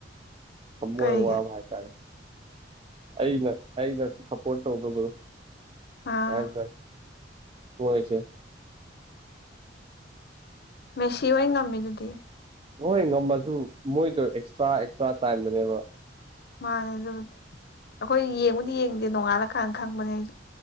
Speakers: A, on the right (about 30°); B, on the left (about 60°).
A: ꯊꯝꯃꯣꯢ
B: ꯀꯩꯒꯤ
A: ꯋꯥꯕ ꯍꯥꯏꯇꯥꯔꯦ ꯑꯩꯅ ꯑꯩꯅ ꯁꯞꯄꯣꯔꯠ ꯇꯧꯕꯗꯨ
B: ꯑꯥ
A: <unintelligible> ꯃꯣꯏꯁꯦ
B: ꯃꯦꯁꯤ ꯑꯣꯏ ꯉꯝꯃꯤꯗꯨꯗꯤ
A: ꯅꯍꯣꯏ ꯉꯝꯃꯁꯨ ꯃꯣꯏꯗꯣ ꯑꯦꯛꯁꯇ꯭ꯔꯥ ꯑꯦꯛꯁꯇ꯭ꯔꯥ ꯇꯥꯏꯝꯗꯅꯦꯕ
B: ꯃꯥꯅꯦ ꯑꯗꯨꯕꯨꯗꯤ ꯑꯩꯈꯣꯏ ꯌꯦꯡꯕꯨꯗꯤ ꯌꯦꯡꯗꯦ ꯅꯣꯡꯉꯥꯜꯂ ꯀꯥꯟꯗ ꯈꯪꯕꯅꯦ ꯑꯩꯁꯨ